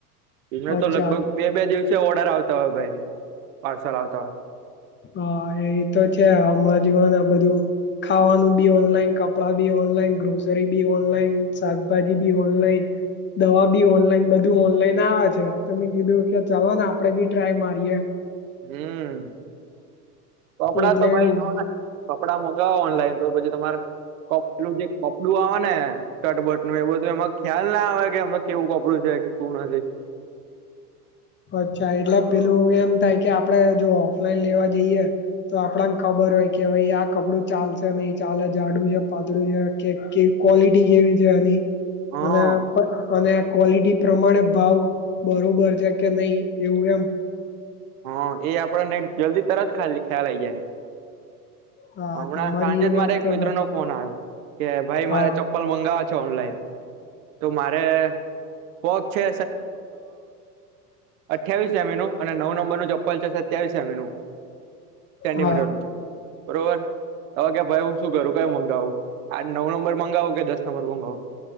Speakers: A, on the right; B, on the left.
A: એમે
B: અચ્છા
A: તો લગભગ બે બે દિવસે ઓર્ડર આવતા હોય ભાઈ પાર્સલ આવતા હોય.
B: હા એ તો છે હમણાં જવાને બધું ખાવાનું બી ઓનલાઈન, કપડાં બી ઓનલાઈન, ગ્રોસરી બી ઓનલાઈન, શાકભાજી બી ઓનલાઈન, દવા બી ઓનલાઈન બધું ઓનલાઈન આવે છે. તો મેં કીધું કે ચાલો ને આપડે બી ટ્રાય મારીએ.
A: હમ્મ કપડા
B: એટલે
A: તો ભાઈ
B: એવું
A: નવા કપડા મંગાવો ઓનલાઈન તો પછી તમારે કપલું જે કપડું આવે ને શર્ટ બટનું એ બધું એમાં ખ્યાલ ના આવે કે એમને કેવું કપડું છે કે શું ના છે.
B: અચ્છા એટલે પેલું એમ થાય કે આપડે જો ઓફલાઈન લેવા જઈએ. તો આપણાને ખબર હોય કે ભાઈ આ કપડું ચાલશે નહી ચાલે જાડું છે, પાતળું છે, કે ક્વોલિટી કેવી છે એની
A: હા
B: અને અને ક્વોલિટી પ્રમાણે ભાવ બરોબર છે કે નહી એવું એમ.
A: હા એ આપડ ને જલ્દી તરત ખ્યાલ આવી જાય.
B: હા
A: હમણાં
B: તમારી
A: સાંજે
B: એ
A: જ
B: વાત
A: મારે એક
B: તો
A: મિત્ર
B: સાચી
A: નો ફોન આવ્યો કે ભાઈ
B: હા
A: મારે ચપ્પલ ચપ્પલ મંગાવવા છે ઓનલાઈન તો મારે પગ છે અઠવીસ એમ નું અને નવ નંબર નું ચપ્પલ છે સત્યાવીસ એમઇ નું સેન્ટીમીટરનું.
B: હા
A: બરોબર. હવે કે ભાઈ હું શું કરું કયો મગાવું આ નવ નંબર મગાવું કે દસ નંબર મગાવું.